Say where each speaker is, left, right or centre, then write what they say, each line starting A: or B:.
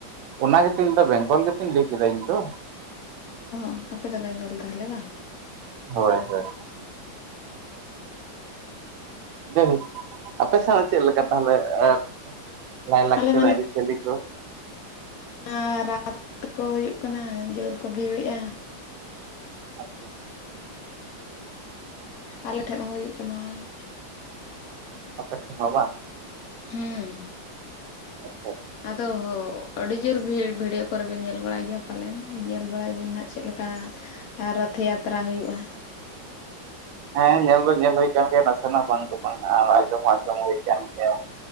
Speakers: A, on the right; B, on the left.
A: ᱚᱱᱟ ᱜᱮᱛᱩᱧ ᱞᱟᱹᱭᱫᱟ ᱵᱮᱝᱜᱚᱞ ᱜᱮᱛᱩᱧ ᱞᱟᱹᱭ ᱠᱮᱫᱟ ᱤᱧ ᱫᱚ᱾
B: ᱟ ᱟᱯᱮ ᱫᱚ ᱵᱮᱝᱜᱚᱞ ᱛᱟᱦᱚᱞᱮ ᱵᱟᱝ?
A: ᱦᱳᱭ᱾ ᱦᱳᱭ ᱡᱟᱭᱦᱳᱠ, ᱟᱯᱮ ᱥᱮᱱ ᱪᱮᱫ ᱞᱮᱠᱟ ᱛᱟᱦᱚᱞᱮ ᱟᱨ ᱞᱟᱭ ᱞᱟᱠᱪᱟᱨ
B: ᱟᱞᱮ ᱢᱟ
A: ᱟᱹᱨᱤᱪᱟᱹᱞᱤ ᱠᱚ?
B: ᱟ ᱨᱟᱛ ᱠᱚ ᱦᱩᱭᱩᱜ ᱠᱟᱱᱟ ᱡᱳᱨ ᱠᱚ ᱵᱷᱤᱲᱮᱜᱼᱟ᱾
A: ᱟᱪᱪᱷᱟ᱾
B: ᱟᱞᱮ ᱴᱷᱮᱱ ᱦᱚᱸ ᱦᱩᱭᱩᱜ ᱠᱟᱱᱟ᱾
A: ᱚᱯᱮ ᱴᱷᱮᱱ ᱦᱚᱸ ᱵᱟᱝ?
B: ᱦᱩᱸ᱾
A: ᱟᱪᱪᱷᱟ᱾
B: ᱟᱫᱚ ᱟᱹᱰᱤ ᱡᱳᱨ ᱵᱷᱤᱲ, ᱵᱷᱤᱰᱭᱳ ᱠᱚᱨᱮ ᱵᱤᱱ ᱧᱮᱞ ᱵᱟᱲᱟᱭ ᱜᱮᱭᱟ ᱯᱟᱞᱮᱱ ᱧᱮᱞ ᱵᱟᱲᱟᱭ ᱵᱤᱱ ᱱᱟᱜ᱾ ᱪᱮᱫ ᱞᱮᱠᱟ ᱨᱟᱛᱷᱮ ᱭᱟᱛᱨᱟ ᱦᱩᱭᱩᱜᱼᱟ᱾
A: ᱦᱮᱸ ᱧᱮᱞ ᱫᱚ ᱧᱮᱞ ᱦᱩᱭ ᱠᱟᱱ ᱜᱮᱭᱟ ᱱᱟᱥᱮᱱᱟᱜ ᱵᱟᱝ ᱫᱚ ᱵᱟᱝ ᱟᱨ ᱟᱸᱡᱚᱢ ᱦᱚᱸ ᱟᱸᱡᱚᱢ ᱦᱩᱭ ᱠᱟᱱ ᱜᱮᱭᱟ᱾